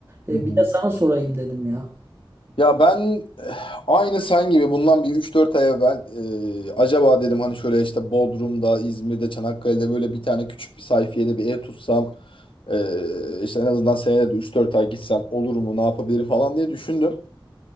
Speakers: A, on the right; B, on the left.
A: E,
B: hı hı.
A: bir de sana sorayım dedim ya.
B: Ya ben eh, aynı sen gibi bundan bir üç dört ay evvel eh, acaba dedim hani şöyle işte Bodrum'da, İzmir'de, Çanakkale'de böyle bir tane küçük bir sayfiyede bir ev tutsam eh, işte en azından senede de üç dört ay gitsem olur mu ne yapabilirim falan diye düşündüm.